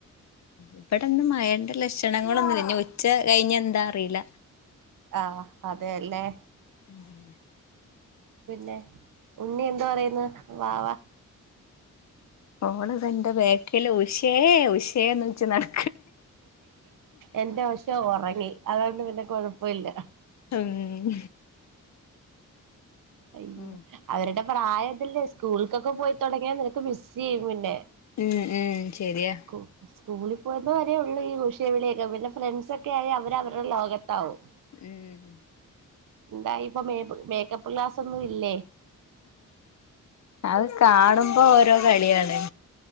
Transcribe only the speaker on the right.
ആഹ് അതെല്ലേ.
പിന്നെ ഉണ്ണി എന്തോ പറയുന്ന് വവാ.
എന്റെ അശം ഒറങ്ങി. അതോണ്ട് പിന്നെ കൊഴപ്പല്ല.
അയ്യൊ.
അവരുടെ പ്രായം ഇതെല്ലേ. സ്കൂൾക്കൊക്കെ പോയിതൊടങ്ങിയ നിനക്ക് മിസ്സയപിന്നെ.
ഉം സ്കൂളീ പോയ്ന്നവരെള്ളൂ ഈ ഉഷേ വിളിക്കെ പിന്നെ ഫ്രണ്ട്സക്കായി അവര് അവരെ ലോകത്താവും
ന്താപ്പേമെ പ്പ് മേക്കപ്പ് ഗ്ലാസൊന്നു ഇല്ലേ.